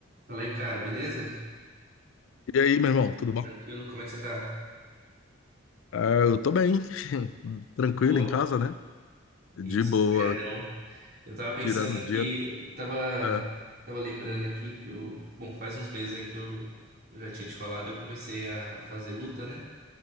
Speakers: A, on the right; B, on the left.
A: Fala aí, cara, beleza?
B: E aí, meu irmão, tudo bom?
A: Tranquilo? Como é que você tá?
B: Ah, eu tô bem, <laughs> tranquilo
A: De boa?
B: em casa, né? De
A: Isso,
B: boa,
A: feriadão. Eu tava pensando
B: tirando
A: aqui,
B: o dia.
A: eu tava,
B: é.
A: tava lembrando aqui que eu, bom, faz uns meses aí que eu, eu já tinha te falado, eu comecei a fazer luta, né?